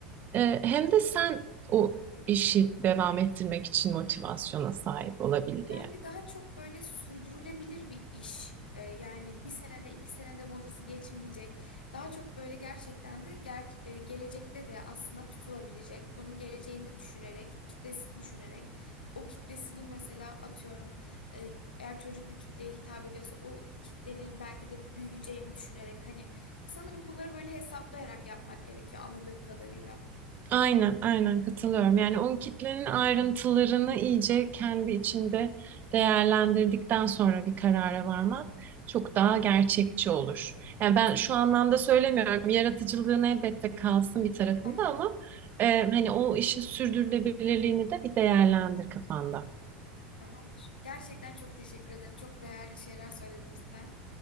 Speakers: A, on the right (about 40°); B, on the left (about 80°).
A: e, hem de sen o işi devam ettirmek için motivasyona sahip olabil
B: Yani
A: diye.
B: daha çok böyle sürdürülebilir bir iş. Ee, yani bir senede iki senede modası geçmeyecek. Daha çok böyle gerçekten de ger- e, gelecekte de aslında tutulabilecek. Bunun geleceğini de düşünerek, kitlesini düşünerek. O kitlesinin mesela atıyorum e, eğer çocuk bir kitleye hitap ediyorsa o kitlenin belki de büyüyeceğini düşünerek hani sanırım bunları böyle hesaplayarak yapmak gerekiyor anladığım kadarıyla.
A: Aynen, aynen katılıyorum. Yani o kitlenin ayrıntılarını iyice kendi içinde değerlendirdikten sonra bir karara varman çok daha gerçekçi olur. Yani
B: Yani
A: ben
B: çok
A: şu
B: teşekkür
A: anlamda söylemiyorum.
B: ederim.
A: Yaratıcılığın elbette kalsın bir tarafında
B: <laughs>
A: ama e, hani o işin sürdürülebilirliğini de bir değerlendir kafanda.
B: Tamamdır. Gerçekten çok teşekkür ederim. Çok değerli şeyler söyledin cidden.